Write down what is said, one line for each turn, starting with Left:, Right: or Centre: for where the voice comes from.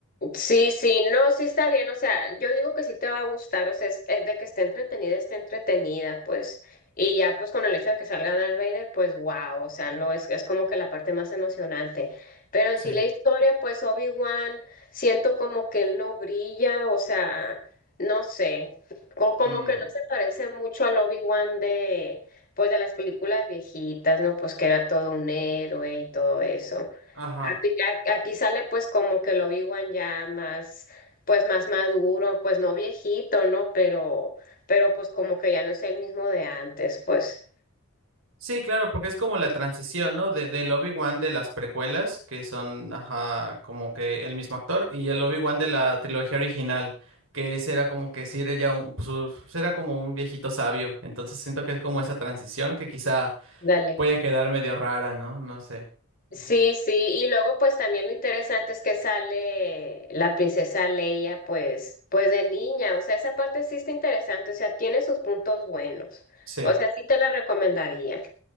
Left: Sí, sí, no, sí está bien, o sea, yo digo que sí te va a gustar, o sea, es, es de que esté entretenida, esté entretenida, pues, y ya pues con el hecho de que salga Darth Vader, pues wow, o sea, no, es, es como que la parte más emocionante, pero en
Right: Sí.
Left: sí la historia, pues Obi-Wan, siento como que él no brilla, o sea, no sé, O como
Right: Mm,
Left: que no se parece mucho al Obi-Wan de, pues, de las películas viejitas, ¿no? Pues que era todo un héroe y todo eso.
Right: ajá.
Left: Aquí ya- aquí sale pues como que el Obi-Wan ya más, pues más maduro, pues no viejito, ¿no? Pero, pero pues como que ya no es el mismo de antes, pues.
Right: Sí, claro, porque es como la transición, ¿no? De, del Obi-Wan de las precuelas, que son, ajá, como que el mismo actor, y el Obi-Wan de la trilogía original, que ese era como que sí era ya un, pues, u- pues, era como un viejito sabio. Entonces siento que es como esa transición que quizá
Left: Dale.
Right: puede quedar medio rara, ¿no? No sé. Ujú.
Left: Sí, sí, y luego pues también lo interesante es que sale la princesa Leia pues pues de niña, o sea, esa parte sí está interesante, o sea, tiene sus puntos buenos,
Right: Sí.
Left: o sea, sí te la recomendaría,